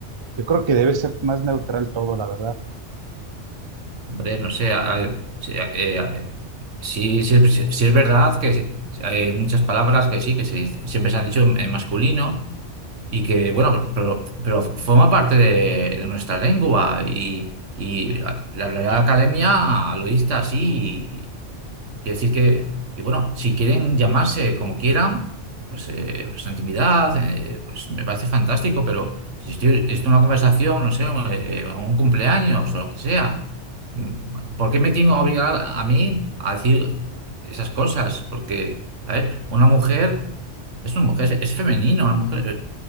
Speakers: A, on the right; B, on the right.
A: yo creo que debe ser más neutral todo, la verdad.
B: Hombre, no sé, a- a- sí, a- eh, a- sí, sí es sí es verdad que sí, hay muchas palabras que sí, que se- dice- siempre se han dicho en en masculino Y que, bueno, pero, pero forma parte de, de nuestra lengua y, y la Real Academia lo dicta así Quiere decir que, y bueno, si quieren llamarse como quieran, pues, eh, pues intimidad, eh, pues me parece fantástico, pero si estoy, esto es una conversación, no sé, eh, eh, un cumpleaños o lo que sea, mm, ¿por qué me tengo que obligar a mí a decir esas cosas? Porque, a ver, una mujer es una mujer, es es femenino, una mujer,